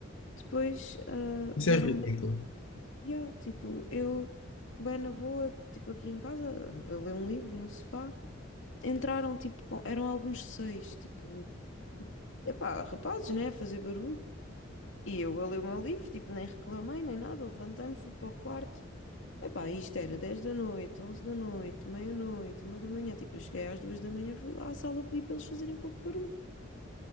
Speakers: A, on the left (about 70°); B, on the left (about 85°).
A: Depois ah,
B: Isso
A: vieram-me.
B: é ridículo.
A: Yeah, tipo, eu, bem na boa, tipo aqui em casa, a ler um livro no sofá. Entraram, tipo, com- eram alguns seis, tipo, epá, rapazes, né, a fazer barulho. E eu a ler o meu livro, tipo, nem reclamei, nem nada, levantei-me, fui para o quarto. Epá, isto era 10 da noite, 11 da noite, meia-noite, uma da manhã. Tipo, eu cheguei às duas da manhã, fui lá à sala pedir para eles fazerem pouco barulho.